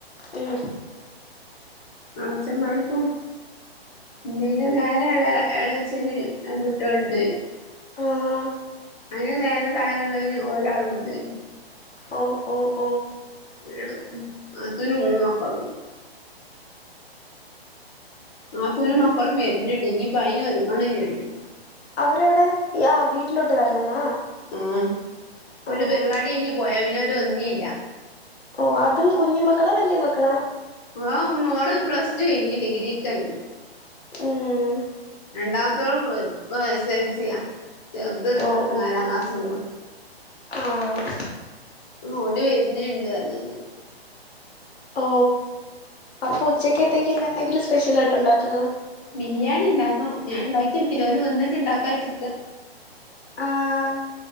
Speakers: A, on the left; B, on the left.
A: ഉം
B: ആ അച്ഛൻ പോയപ്പോൾ ഇനിന്റെ നേരെ ഇളെ ഇളച്ചന് രണ്ട് കുട്ടികള് ഉണ്ട്.
A: ആഹ്
B: അതിന് നേരെ താഴെ ഉള്ളതിന് ഒരാളും ഉണ്ട്.
A: ഓ ഓ ആഹ്, ആഹ്
B: ഉം ന്നാത്തൂനും മൂന്ന് മക്കളുണ്ട്. നാത്തൂനും
A: പിന്നെ
B: മക്കളും വരുന്നുണ്ട് ഇനിയിപ്പം അയിന് ഒരുക്കണം ഞാന്
A: അവരെവിടെ ഏ വീട്ടിലോട്ട് വരണംന്നാ.
B: ആഹ് ഇപ്പൊൽ
A: ആഹ്
B: പെരിപാടി കയിഞ്ഞ് പോയാ പിന്നോര് വന്നി ഇല്ല
A: ഓഹ് അതും കുഞ്ഞു മക്കളാ? വല്ല്യ മക്കളാ?
B: ആഹ് മോള് പ്ലസ്ടു കയിഞ്ഞു ഡിഗ്രിക്കെ കയിഞ്ഞു
A: ഉം
B: രണ്ടാമത്തോള് പ്ല ഇപ്പ എസ് എൽ സിയാ ചെർത്
A: ഓ
B: നാ
A: ഓ
B: നാലാം
A: ഓ
B: ക്ലാസിലുവാണ്
A: ആഹ്
B: ആ ഓടി വരുണ് ഉണ്ട് പറഞ്ഞിനി.
A: ഓ അപ്പൊ ഉച്ചക്കത്തേക്ക് ഇനി എന്തെങ്കിലും സ്പെഷ്യലായിട്ട് ഉണ്ടാക്കണോ
B: ബിരിയാണി ഇണ്ടാക്കാം ഞാൻ ഇണ്ടാക്കി വയ്ക്കില്ല ഓല് വന്നിട്ട് ഇണ്ടാക്കാവച്ചിട്ടാ
A: ആഹ്